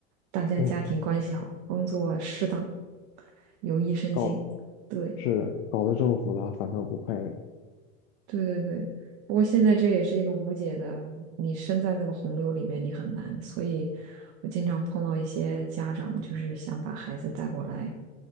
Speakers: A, on the right; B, on the left.
A: 大家家庭关系好，
B: 对，
A: 工作适当，有益身心。
B: 搞
A: 对，
B: 是的，搞得这么复杂，反倒不快乐。
A: 对对对。不过现在这也是一个无解的，你身在那个洪流里面，你很难。所以我经常碰到一些家长，就是想把孩子带过来，